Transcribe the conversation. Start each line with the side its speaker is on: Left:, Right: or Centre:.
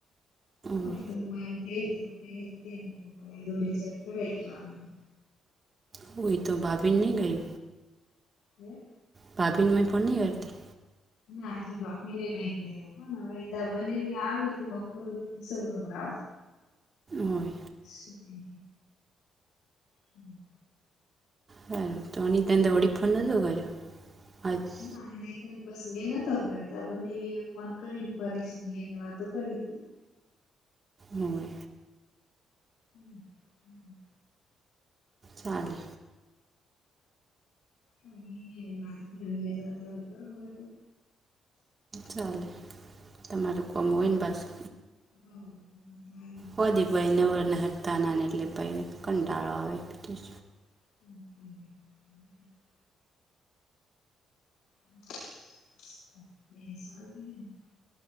Left: હન,
Right: ને
Left: એ તો મુ એન કેય તો તે કેહે તો, દોડી ચેક કરાઈ દેવાનું.
Right: હોવ, ઈ તો ભાભી ને નઈ ગઈ.
Left: હે?
Right: ભાભી ને મય ફોનની અડતી?
Left: ના, હજુ ભાભીને નઈ કર્યો, પણ હવે ઈ તાર બનાવી આવી, એટલે બપોરે પુશવરાવું.
Right: હોય
Left: શું કેહે? હમ.
Right: હારું, તો ની તનતો વળી ફોન નલ્લો કરયો. હારુ.
Left: ના, ને તોન પશ મે નતો કર્યો, તાર બનેવીએ ફોન કરીને ફરે, શેન એની એ વાતો કરી તી.
Right: હોવે.
Left: હમ, હમ.
Right: ચાલે.
Left: હવે, એની એની વાતો કરે, મે કીધુ, હવે તમે કરો હવે તો.
Right: ચાલે, તમારું કોમ હોય ન પાશુ.
Left: હવ, <unintelligible>
Right: પ્રદીપભાઈ નવરેને હતા ને, એટલે પહી કંટાળો આવે બી.
Left: <unintelligible> <unintelligible>